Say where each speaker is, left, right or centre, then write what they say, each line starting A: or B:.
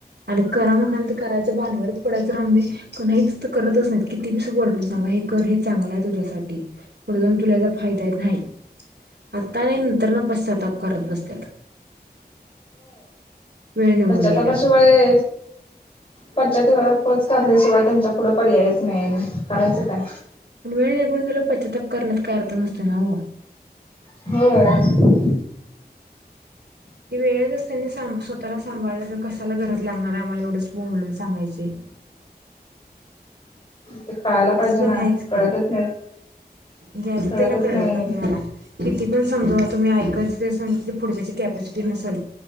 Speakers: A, on the right; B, on the left.
A: आणि करा म्हणाल तर करायच्या बावरच पडायचं राहून दे कणच तर करतच नाहीत किती बी सुपरटून सांगा हे हे चांगला आहे तुझसाठी पुढे जाऊ तुलाचा फायदा नाही. आत्ता नाही नंतर न पश्चाताप करत बसता. वेळ निघून
B: पश्चातापाची
A: गेल्यावर
B: वेळ पाच्च्या तेच कल्याशिवाय त्यांच्या पुढं पर्यायच नाही आणि करायचं काय
A: पण वेळ निघून गेलो पश्चातप करण्यात का अर्थ नसते ना हो
B: होय
A: ती वेळेतच त्यांनी सां स्वतःला सांभाळण्या तर कशाला गरज लागणार आम्हाला एवढंच ब म्होलून सांगायची
B: ते कळायला पाहिजे
A: असं पण
B: ना
A: ह्यायच की
B: कळतच नाही
A: घ्यायचं
B: कळतच
A: त्याला कळलं
B: नाही
A: पाहिजे
B: आणि
A: मला किती पण समजावा तुम्ही ऐकायचे ते समज पुढच्याची कॅपॅसिटी नसेल